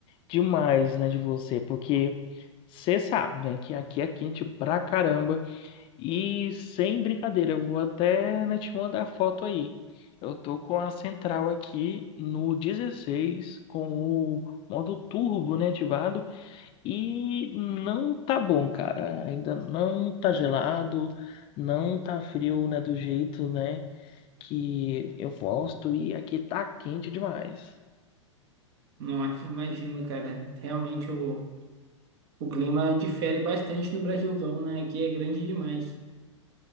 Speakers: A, on the left (about 30°); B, on the right (about 55°).
A: demais, né, de você, porque você sabe, né, que aqui é quente pra caramba. E sem brincadeira, eu vou até, né, te mandar foto aí. Eu tô com a central aqui no 16 com o modo turbo, né, ativado. E não tá bom, cara. Ainda não tá gelado, não tá frio, né, do jeito, né, que eu gosto. E aqui tá quente demais.
B: Nossa, imagino, cara. Realmente o, o clima difere bastante no Brasilzão, né? Aqui é grande demais.